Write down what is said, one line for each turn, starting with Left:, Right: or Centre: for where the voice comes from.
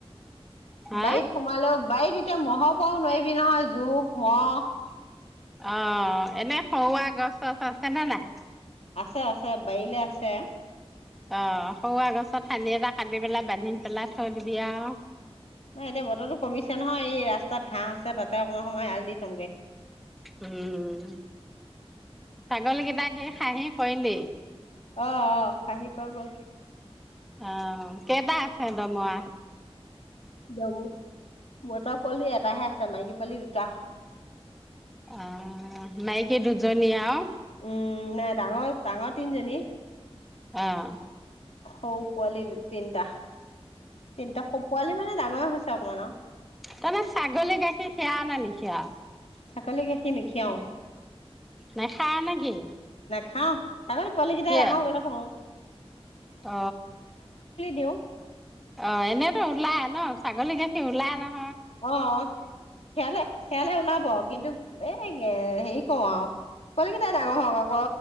Centre: হা
Left: বাৱিত সোমালেও। বাৰীত এতিয়া মহৰ পৰাও নোৱাৰিবি নহয় জোক মহ
Centre: অ এনে সৰুৱা গছ চছ আছেনে নাই
Left: আছে আছে বাৱিলে আছে
Centre: অ সৰুৱা গছত থানি এটা কাটি পেলাই বান্ধি পেলাই থৈ দিবি আৰু
Left: নহ এতিয়া বতৰো কমিছে নহয় এই ৰাস্তাত ঘাঁহ আছে তাতে অকমান সময় এৱাল দি চুংগে
Centre: উম ছাগলী কেইটাক খাহি কৱিলি
Left: অ অ খাহি কোৱা গল।
Centre: আহ কেইটা আছে ডমৰা।
Left: জমু মতা পোৱালি এটাহে আছে। মাইকি পোৱালি দুটা।
Centre: অ মাইকী দুজনী আও।
Left: উম নাই ডাঙৰ ডাঙৰ তিনিজনী।
Centre: অহ।
Left: হও পোৱালি তিনটা। তিনটা পোৱালি মানে ডাঙৰ হৈছে চাকম ন
Centre: তহঁতে ছাগলী গাখীৰ খিয়াঅ নে নিখিয়াঅ।
Left: ছাগলী গাখীৰ নিখিৱাও।
Centre: নেখাৱ নে কি?
Left: খাওঁ। ছাগলী পোৱালি কিটা
Centre: কিয়
Left: ডাঙৰ হবলে থও।
Centre: অ
Left: দিওঁ
Centre: আহ এনেতো ওলাই ন ছাগলী গাখী কি ওলাই নাহ
Left: অ খিয়ালে। খিয়ালে ওলাব কিন্তু। বেগ সেই। কওঁ আৰু পোৱালিকেইটাই ডাঙৰ হওঁক আ ক